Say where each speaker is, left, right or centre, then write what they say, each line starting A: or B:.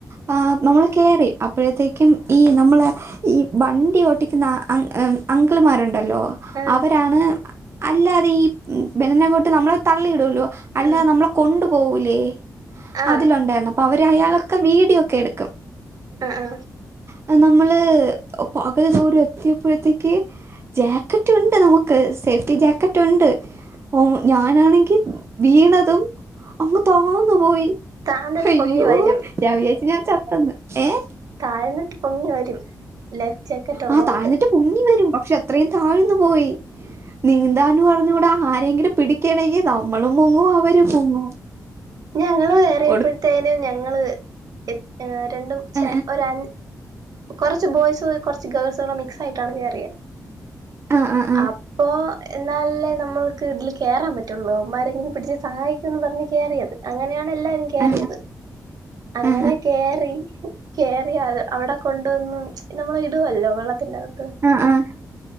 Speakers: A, on the right; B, on the right.
A: ആ നമ്മൾ കേറി അപ്പോഴത്തേക്കും ഈ നമ്മള് ഈ വണ്ടി ഓട്ടിക്കുന്ന അങ്കിള്മാരു ണ്ടല്ലോ
B: ആഹ്
A: അവരാണ് അല്ലാതെ ഈ ബെനങ്ങോട്ട് നമ്മള് തള്ളിയിടുല്ലോ അല്ല
B: ആഹ്
A: നമ്മളെ കൊണ്ട് പോവൂല്ലെ
B: ആഹ്
A: അതിലൊണ്ടായിരുന്നു പ്പൊ അവര് അയാളൊക്കെ വീഡിയോയൊക്കെ എടുക്കും
B: അ അ
A: അത് നമ്മള് പകുതി ദൂരം എത്തിയപ്പോഴത്തേക്ക് ജാക്കറ്റ് ഉണ്ട് നമുക്ക്. സേഫ്റ്റി ജാക്കറ്റ് ഒണ്ട് ഓ ഞാനാണെങ്കി വീണതും. അങ്ങ് താന്ന് പോയി.
B: താന്നിട്ട്
A: ഹയ്യോ
B: പൊങ്ങി വരും
A: ഞാൻ വിചാരിച്ച് ഞാൻ ചത്തന്ന് ഏഹ്
B: ആ എന്നിട്ട്? പൊങ്ങി വരും ലൈഫ് ജാക്കറ്റ് ഉള്ളോണ്ട്
A: ആഹ് താഴ്ന്നിട്ട് പൊങ്ങി വരും പ ക്ഷെ അത്രയും താഴ്ന്നു പോയി നീന്താൻ നറിഞ്ഞു കൂടാ ആരെങ്കിലും പിടിക്കണേ നമ്മളും മുങ്ങും അവരും മുങ്ങും
B: ഞങ്ങള് വേറിയപ്പോഴത്തേനും
A: ഒടു
B: ഞ ങ്ങള് എഹ് രണ്ടും ച്ചെ
A: ആ
B: ഒരൺ കൊറച്ച് ബോയ്സ് കുറച്ച് ഗേൾസൂടെ മിക്സായിട്ടാണ് കേറിയേ
A: ആ ആ ആ
B: അപ്പോ എന്നാലല്ലേ നമ്മൾക്ക് ഇതില് കേറാൻ പറ്റുള്ളൂ അമ്മാരെങ്കിലും പിടിച്ച് സഹാ യിക്കുംന്ന് പറഞ്ഞ് കേറിയത് അങ്ങ നെയാണെല്ലാരും കേറിയത്
A: ആ ആ
B: അങ്ങനെ
A: ആ
B: കേറി കേറിയാത് അവിടെ കൊണ്ടുവന്നും നമ്മളിടുവല്ലോ വെള്ളത്തിന്റെ അക
A: ആഹ് ആഹ്